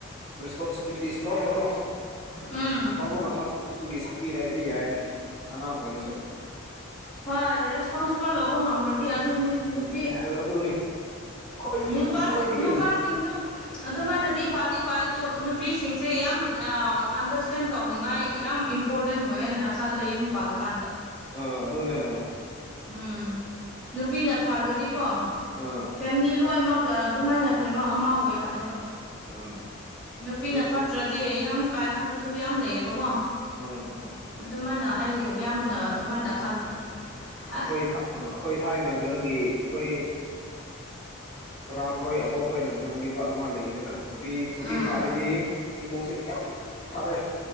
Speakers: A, on the left; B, in the centre.
A: ꯔꯦꯁꯄꯣꯟꯁꯤꯕꯤꯂꯤꯇꯤꯁ ꯂꯄꯀꯣ
B: ꯎꯝ
A: ꯂꯧꯕ ꯉꯝꯕ ꯑꯗꯨꯒꯤ ꯁꯛꯇꯤ ꯂꯩꯔꯗꯤ ꯌꯥꯏꯅꯤ ꯑꯉꯥꯡ ꯑꯣꯏꯔꯁꯨ
B: ꯍꯣꯏ ꯔꯦꯁꯄꯣꯟꯁꯤꯕꯜ ꯂꯧꯕ ꯉꯝꯂꯗꯤ ꯑꯗꯨꯅꯤ ꯅꯨꯄꯤ
A: ꯎꯝ ꯎꯝ ꯑꯗꯨꯅꯤ ꯈꯣꯏ
B: ꯅꯨꯄꯥꯁꯤꯡ
A: ꯈ꯭ꯋꯥꯏꯗꯒꯤ
B: ꯅꯨꯄꯥꯁꯤꯡꯁꯨ ꯑꯗꯨꯃꯥꯏꯅꯗꯤ ꯐꯗꯤ ꯐ ꯑꯗꯨ ꯅꯨꯄꯤꯁꯤꯡꯁꯦ ꯌꯥꯝ ꯑꯟꯗꯔꯁꯇꯦꯟ ꯇꯧꯅꯤꯡꯉꯥꯏ ꯌꯥꯝ ꯏꯝꯄꯣꯔꯇꯦꯟ ꯑꯣꯏ ꯍꯥꯏꯅ ꯈꯜꯂꯦ ꯌꯨꯝ ꯄꯥꯜꯂꯀꯥꯟꯗ
A: ꯑ ꯑꯗꯨꯅꯦ ꯑ
B: ꯎꯝ ꯅꯨꯄꯤꯅ ꯐꯥꯔꯗꯤꯀꯣ
A: ꯑꯥ
B: ꯐꯦꯃꯤꯂꯤ ꯂꯣꯏꯅꯃꯛꯒ ꯑꯗꯨꯃꯥꯏꯅ ꯀꯩꯅꯣ ꯑꯃ ꯑꯣꯏꯍꯜꯂꯦꯕ
A: ꯑꯥ
B: ꯅꯨꯄꯤꯅ
A: ꯑꯗꯨꯅꯦ
B: ꯐꯠꯇ꯭ꯔꯗꯤ ꯌꯥꯝ ꯀꯥꯏꯍꯟꯕꯁꯨ ꯌꯥꯝ ꯂꯩꯌꯦꯕꯀꯣ
A: ꯑꯥ ꯑꯥ
B: ꯑꯗꯨꯃꯥꯏꯅ ꯑꯩ
A: ꯎꯝ
B: ꯌꯥꯝꯅ ꯑꯗꯨꯃꯥꯏꯅ ꯈꯜꯂꯤ ꯑꯥ
A: ꯑꯩꯈꯣꯏ ꯊ ꯑꯩꯈꯣꯏ ꯊꯥꯏꯅ ꯀꯩꯅꯣꯒꯤ ꯑꯩꯈꯣꯏ ꯈꯨꯔꯥ ꯈꯣꯏ ꯑꯕꯣꯛ ꯈꯣꯏꯅ ꯉꯥꯡꯕꯤꯕ ꯑꯃ ꯂꯩꯗꯅ ꯅꯨꯄꯤ ꯅꯨꯄꯤ
B: ꯎꯝ
A: ꯐꯥꯔꯗꯤ ꯏꯃꯨꯡꯁꯦ ꯌꯥꯝ ꯐꯔꯦ